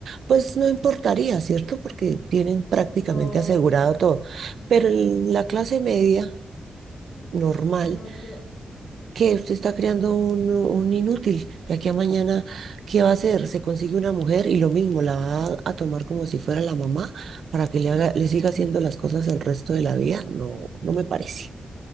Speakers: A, on the right (about 70°); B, on the left (about 75°).
A: pues no importaría, ¿cierto? Porque tienen prácticamente
B: No,
A: asegurado todo. Pero en la clase media, normal,
B: no, yo,
A: que usted está creando un, un inútil. De aquí a mañana, ¿qué va a hacer? Se consigue una mujer y lo mismo, la va a, a tomar como si fuera la mamá para que le haga, le siga haciendo las cosas el resto de la vida. No, no me parece.